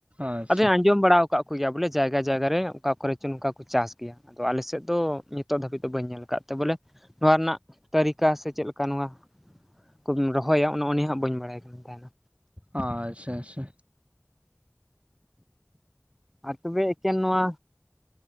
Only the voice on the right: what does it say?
ᱟᱪᱪᱷᱟ
ᱟᱪᱪᱷᱟ ᱟᱪᱪᱷᱟ᱾